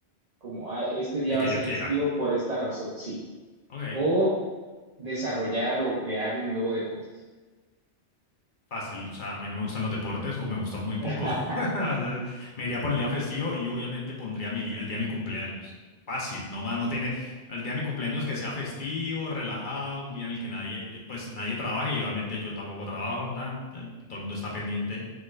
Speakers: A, on the right (about 40°); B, on the left (about 50°).
A: como, "Ah, este día
B: el
A: va
B: que
A: a ser
B: yo quiera.
A: festivo por esta razón, sí.
B: Ok.
A: O desarrollar o crear un nuevo deporte.
B: Fácil, o sea, a mí no me gustan los deportes o me gustan muy poco.
A: <laughs>
B: <laughs> Me iría por el día festivo y obviamente pondría mi día- el día de mi cumpleaños. Fácil, no más, no tiene el día de mi cumpleaños que sea festivo, relajado, un día en el que nadie, yo- pues nadie trabaje y obviamente yo tampoco trabajo, tan, tan, y todo el mundo está pendiente